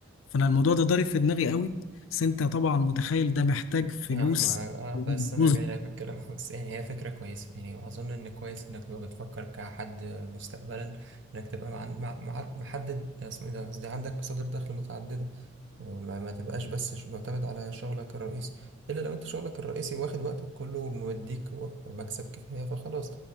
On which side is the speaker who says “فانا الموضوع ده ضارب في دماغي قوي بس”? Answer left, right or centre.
Left